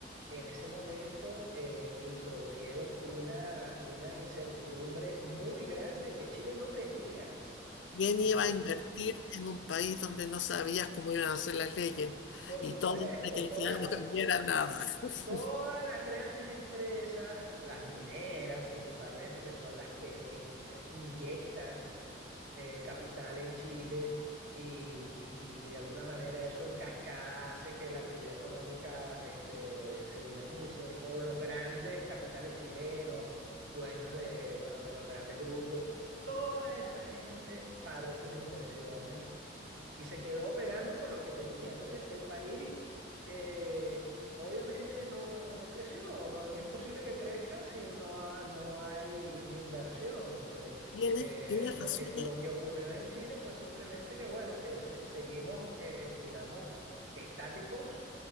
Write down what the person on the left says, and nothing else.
¿Quién
iba a invertir en un país donde no sabías cómo iban a ser las leyes?
Y
todo para que al
final no cambiara nada. <laughs>
Tienes,
tienes
razón.
eh,